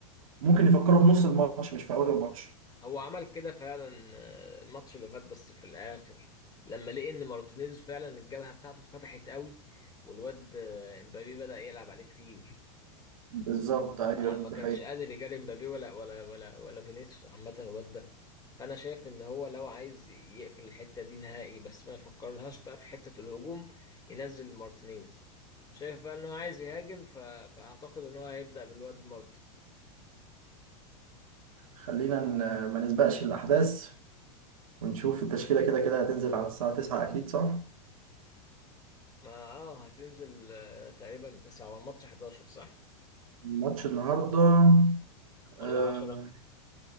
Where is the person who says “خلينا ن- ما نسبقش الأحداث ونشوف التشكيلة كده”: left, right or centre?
Right